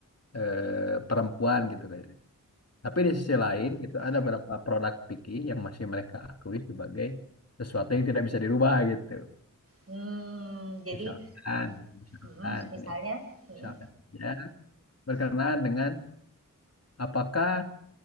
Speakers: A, on the left (about 50°); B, on the right (about 45°).
A: eh, perempuan gitu. kan. Tapi di sisi lain gitu ada beberapa produk fikih yang masih mereka akui sebagai sesuatu yang tidak bisa dirubah gitu.
B: Mmm, jadi
A: Misalkan, misalkan
B: mhm, misalnya
A: ya.
B: mhm
A: Misalkan ya, berkenaan dengan apakah